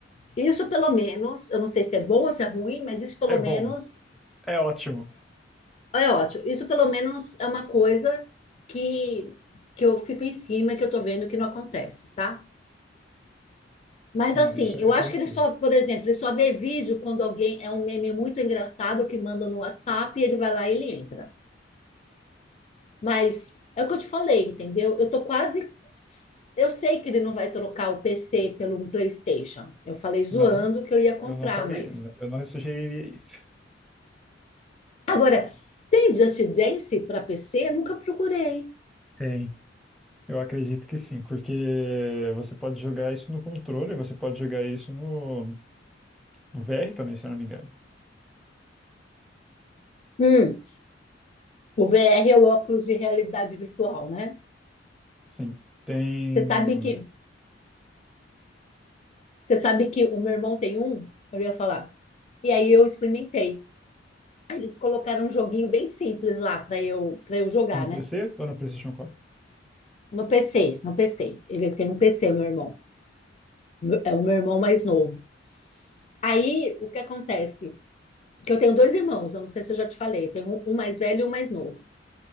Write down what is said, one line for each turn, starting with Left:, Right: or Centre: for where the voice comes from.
Left: isso pelo menos, eu não sei se é bom ou se é ruim, mas isso pelo
Centre: É bom.
Left: menos
Centre: É ótimo.
Left: é ótimo. Isso pelo menos é uma coisa que, que eu fico em cima, que eu tô vendo que não acontece, tá? Mas
Centre: Não,
Left: assim,
Centre: isso
Left: eu
Centre: é
Left: acho
Centre: positivo.
Left: que ele só, por exemplo, ele só vê vídeo quando alguém é um meme muito engraçado que manda no WhatsApp e ele vai lá e ele entra. Mas é o que eu te falei, entendeu? Eu tô quase, eu sei que ele não vai trocar o PC pelo PlayStation. Eu falei zoando
Centre: Não,
Left: que eu ia comprar,
Centre: eu não faria,
Left: mas
Centre: eu não sugeriria isso.
Left: agora tem Just Dance para PC? Nunca procurei.
Centre: Tem. Eu acredito que sim, porque você pode jogar isso no controle, você pode jogar isso no, no VR também, se eu não me engano.
Left: Hum, o VR é o óculos de realidade virtual, né?
Centre: Sim. Tem
Left: Você sabe que, você sabe que o meu irmão tem um? Eu ia falar. E aí eu experimentei. Eles colocaram um joguinho bem simples lá para eu para eu jogar,
Centre: no
Left: né?
Centre: PC ou no PlayStation
Left: No PC, no PC. Ele tem um PC, meu irmão. É o meu irmão mais novo. Aí o que acontece? Que eu tenho dois irmãos, eu não sei se eu já te falei, eu tenho um- um mais velho e um mais novo.